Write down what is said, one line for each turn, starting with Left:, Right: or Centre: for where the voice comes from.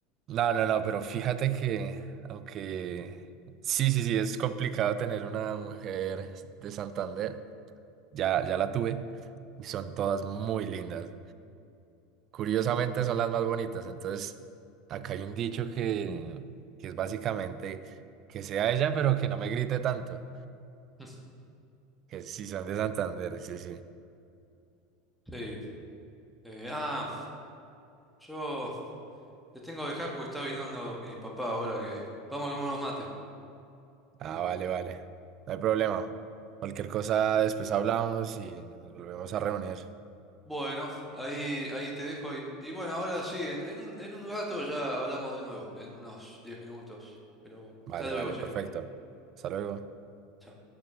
Right: No, no, no, pero fíjate que, aunque sí, sí, sí, es complicado tener una mujer de Santander, ya, ya la tuve y son todas muy lindas. Curiosamente son las más bonitas, entonces acá hay un dicho que, que es básicamente que sea ella, pero que no me grite tanto.
Centre: <laughs>
Right: Que sí, son de Santander, sí, sí.
Centre: Sí. Eh, ah, yo te tengo que dejar porque está viniendo mi papá ahora que... Vamos a tomar unos mates.
Right: Ah,
Centre: Sí.
Right: vale, vale. No hay problema. Cualquier cosa después hablamos y nos volvemos a reunir.
Centre: Bueno, ahí, ahí te dejo. Y, y bueno, ahora sí, en, en un, en un rato ya hablamos de nuevo, en unos 10 minutos. Pero bueno,
Right: Vale,
Centre: hasta luego,
Right: vale,
Centre: che.
Right: perfecto. Hasta luego.
Centre: Chao.